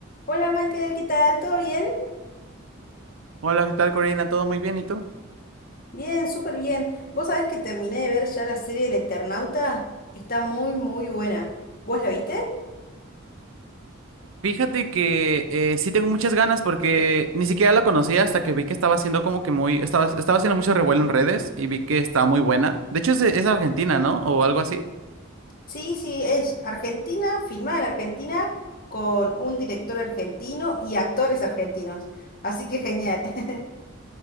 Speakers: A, on the left; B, on the right.
A: Hola Michael, ¿qué tal? ¿Todo bien?
B: Hola, ¿qué tal, Corina? ¿Todo muy bien? ¿Y tú?
A: Bien, súper bien. Vos sabés que terminé de ver ya la serie El Eternauta. Está muy, muy buena. ¿Vos la viste?
B: Fíjate que eh, sí tengo muchas ganas porque ni siquiera la conocía hasta que vi que estaba haciendo como que muy, estaba, estaba haciendo mucho revuelo en redes y vi que estaba muy buena. De hecho, es, es argentina, ¿no? O algo así.
A: Sí, sí, es Argentina, filmada en Argentina, con un director argentino y actores argentinos. Así que genial. <laughs>